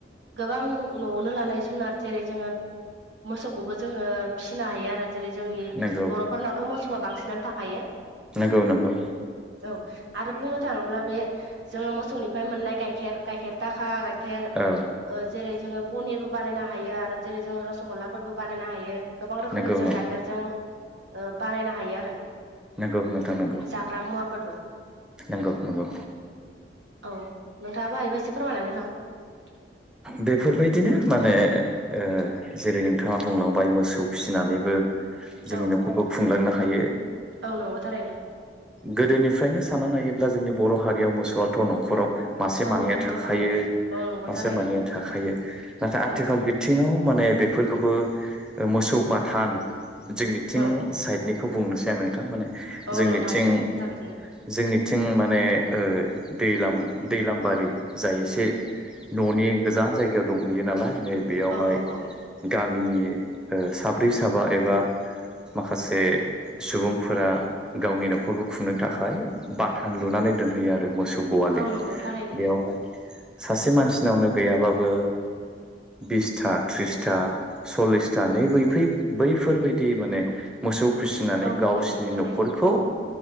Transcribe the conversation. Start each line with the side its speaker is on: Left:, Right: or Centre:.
Right: गोबां न'आवनो लानाय जुनार जेरै जोङो मोसौखौबो जोङो फिसिनो हायो आरो जेरै जोंनि
Centre: नंगौ
Right: बर'फोरनावथ' मोसौआ बांसिनानो थाखायो
Centre: नंगौ नंगौ
Right: औ आरो बुंनो थाङोब्ला बे जोङो मोसौनिफ्राय मोननाय गाइखेर गाइखेर दाखा गाइखेर
Centre: औ
Right: जेरै जोङो पनिरबो बानायनो हायो आरो जेरै जोङो रस'गल्लाफोरबो बानायनो हायो गोबां रोखोमनि
Centre: नंगौ नंगौ
Right: जों गाइखेरजों ओ बानायनो हायो आरो
Centre: नंगौ नोंथां नंगौ
Right: जाग्रा मुवाफोरबो
Centre: नंगौ नंगौ
Right: औ नोंथाङाबो हायोबा एसे फोरमायनानै होलां
Centre: बेफोरबायदिनो माने ओ जेरै नोंथाङा बुंलांबाय मोसौ फिसिनानैबो जोंनि
Right: औ
Centre: न'खरखौ खुंलांनो हायो
Right: औ नंगौ थारैनो
Centre: गोदोनिफ्रायनो साननानै नायोब्ला जोंनि बर' हारियाव मोसौवाथ' न'खराव मासे
Right: औ
Centre: मानैया
Right: न'खराव
Centre: थाखायो
Right: औ नंगौ
Centre: मासे
Right: थारैनो
Centre: मानैया थाखायो नाथाय आथिखाल
Right: औ
Centre: बिथिङाव माने बे बेफोरखौबो मोसौ बाथान जोंनिथिं
Right: औ
Centre: साइडनि खौ बुंनोसै आं नोंथां माने
Right: औ
Centre: जोंनिथिं
Right: नोंथां बुं थारैनो
Centre: जोंनि थिं माने दै दैलामबारि जाय एसे न'नि गोजान जायगायाव दंहैयो नालाय नै बेयावहाय
Right: औ नंगौ
Centre: गामि मिनि साब्रै साबा एबा माखासे सुबुंफोरा गावनि न'खरखौ खुंनो थाखाय बाथान लुनानै मसौ गलि
Right: औ नंगौ थारैनो
Centre: बेयावहाय सासे मानसिनावनो गैयाबाबो बिसथा तिरिसथा सलिसथा बै बेफोरबायदि माने मोसौ फिसिनानै
Right: औ
Centre: गावसोरनि
Right: औ नंगौ थारैनो
Centre: न'खरखौ